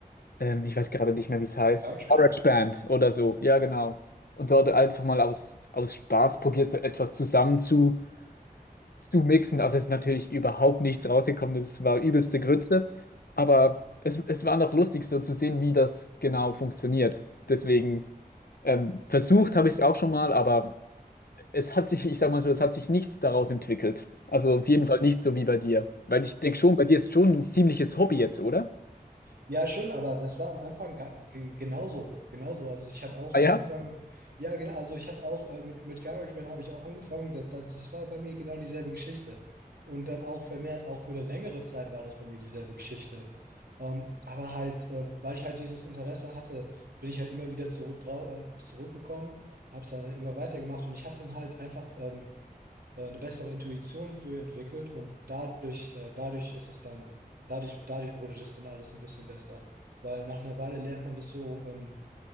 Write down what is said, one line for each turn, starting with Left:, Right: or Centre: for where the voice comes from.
Left: Ähm, ich weiß gerade nicht mehr, wie es heißt.
Right: GarageBand?
Left: GarageBand oder so, ja, genau. Und dort einfach mal aus, aus Spaß probiert, so etwas zusammen zu, zu mixen. Also es ist natürlich überhaupt nichts rausgekommen. Das war übelste Grütze. Aber es, es war noch lustig, so zu sehen, wie das genau funktioniert. Deswegen ähm, versucht habe ich es auch schon mal, aber es hat sich, ich sag mal so, es hat sich nichts daraus entwickelt. Also auf jeden
Right: Du,
Left: Fall nicht so wie bei dir. Weil ich denke schon, bei dir ist schon ein ziemliches Hobby jetzt, oder?
Right: Ja, schon, aber das war am Anfang ga- ge- genauso, genauso. Also ich habe auch
Left: Ah
Right: am
Left: ja?
Right: Anfang, ja, genau, also ich habe auch äh, mit, mit GarageBand habe ich auch angefangen. Das, das, das war bei mir genau dieselbe Geschichte. Und dann auch vermehrt, auch für eine längere Zeit war das bei mir dieselbe Geschichte. Ähm, aber halt, äh, weil ich halt dieses Interesse hatte, bin ich halt immer wieder zurück drau äh, zurückgekommen, habe es dann immer weitergemacht und ich habe dann halt einfach ähm, äh, eine bessere Intuition für entwickelt und dadurch, äh, dadurch ist es dann, dadurch, dadurch wurde das dann alles ein bisschen besser. Weil nach einer Weile lernt man das so, ähm,